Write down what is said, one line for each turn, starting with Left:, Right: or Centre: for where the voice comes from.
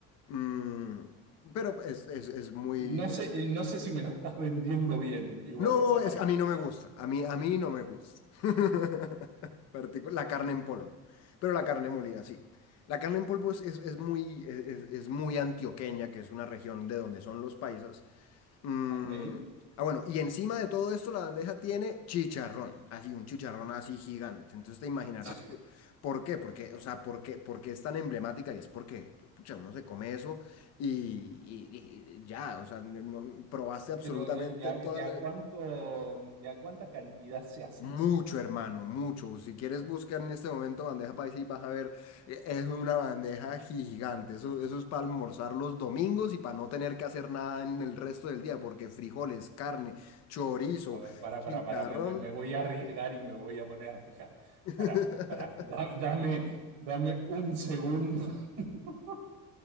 Left: Mm, pero es, es, es muy...
Right: No
Left: eh,
Right: sé, eh, no sé si me lo estás <laughs> vendiendo bien, igual
Left: no,
Right: a esa
Left: es,
Right: parte.
Left: a mí no me gusta. A mí, a mí no me gusta. <laughs> Particu- La carne en polvo. Pero la carne molida, sí. La carne en polvo es, es- es muy, es, es- muy antioqueña, que es una región de donde son los paisas. Mm,
Right: Ok.
Left: ah, bueno, y encima de todo esto la bandeja tiene chicharrón, así un chicharrón así gigante. Entonces te imaginarás
Right: <laughs>
Left: p- por qué, porque, o sea, por qué, por qué es tan emblemática y es porque, pu- pucha, uno se come eso y, y- y- y ya, o sea, no, probaste absolutamente
Right: Pero eh, de, a,
Left: todas
Right: de a
Left: las...
Right: cuánto, de a cuánta cantidad se hace
Left: Mucho,
Right: eso.
Left: hermano, mucho. Si quieres buscar en este momento bandeja paisa y vas a ver, eh, es una bandeja gigante. Eso, eso es para almorzar los domingos y para no tener que hacer nada en el resto del día, porque frijoles, carne, chorizo,
Right: A ver, para,
Left: chicharrón.
Right: para, para, me, me- me voy a arriesgar y me voy a poner a fijar.
Left: <laughs>
Right: Para, para, da- dame, dame un segundo. <laughs>